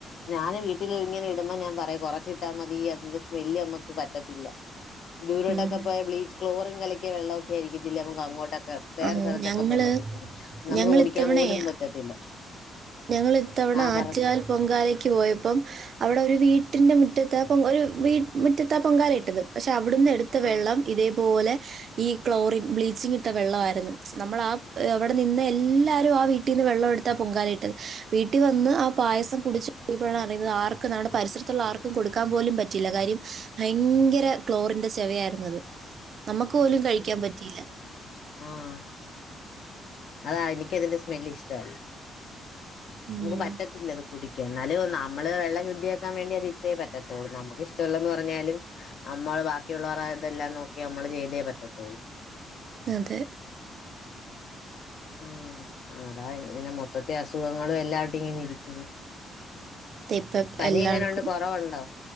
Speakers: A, on the left; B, on the right.
A: ഞാന് വീട്ടിൽ ഇങ്ങനെ ഇടുമ്പോം ഞാൻ പറയും കുറച്ചിട്ടാ മതി അതിന്റെ സ്മെല്ല് നമുക്ക് പറ്റത്തില്ല <inaudible> ദൂരോട്ടൊക്കെ
B: മ്മ്.
A: പോയ ബ്ലീച്ച്ക് ളോറിൻ കലക്കിയ വെള്ളമൊക്കെ ആയിരിക്കത്തില്ലെ നമക്ക് അങ്ങോട്ടൊക്കെ വേറെ
B: ആ
A: സ്ഥലത്തൊക്കെ
B: ഞങ്ങള്
A: പോക്മ്പോ കിട്ടുന്നെനമുക്ക്
B: ഞങ്ങളിത്തവണയേ
A: കുടിക്കാൻ പോലും പറ്റത്തില്ല
B: ഞങ്ങൾ ഇത്തവണ
A: ആ പറ
B: ആറ്റുകാൽ പൊങ്കാലേക്ക് പോയ പ്പം അവിടെ ഒരു വീട്ടിൻ്റെ മുറ്റത്ത് ഒരു വി മുറ്റത്താ പൊങ്കലായിട്ടത് പക്ഷെ അവിടുന്ന് എടുത്ത വെള്ളം
A: ആ
B: ഇതേപോലെ ഇ ക്ലോറിൻ ബ്ലീച്ചിങ്ങ് ഇട്ട വെള്ളമായിയിരുന്നു നമ്മൾ ആ അവിടെ നിന്ന് എല്ലാരും ആ വീട്ടിൽ നിന്ന് വെള്ളം എടുത്ത് ത്താ പൊങ്കാലയി ട്ടത് വീട്ടിൽ വന്ന് ആ പായസം കുടിച്ച് നോക്കിയപ്പോഴാണ് അറിയുന്നത് ആർക്ക പരിസരത്തുള്ള ആർക്കുംകൊടു ക്കാൻ പോലും പറ്റില്ല കാര്യം ഭയങ്കര ക്ലോറിന്റെ ചെവ ആയിരുന്നു അത് നമുക്ക് പോലും കഴിക്കാൻ പറ്റിയില്ല
A: ആഹ് അതാ എനിക്കതിന്റെ സ്മെല് ഇഷ്ടമല്ല
B: ഉം,
A: നമുക്ക് പറ്റത്തില്ലത് കുടിക്ക എന്നാലും നമ്മള് വെള്ളം ശുദ്ധിയാക്കാൻ വേണ്ടി അത് ഇട്ടെ പറ്റത്തുള്ളൂ നമുക്ക് ഇഷ്ടമല്ലന്ന് പറഞ്ഞാലും നമ്മള് ബാക്കിയുള്ളവർ ഇതെല്ലാം നോക്കി നമ്മള് ചെയ്തേ പറ്റത്തുള്ളൂ
B: അതെ
A: ആഹ് അതാ ഇങ്ങനെ മൊത്തത്തെ അസുഖങ്ങളും എല്ലാട്ടും ഇങ്ങനെ ഇരിക്കുന്നു
B: ദേ ഇപ്പം
A: പനി
B: എല്ലാവർക്കും
A: എങ്ങനെ ഉണ്ട് കൊറവുണ്ടോ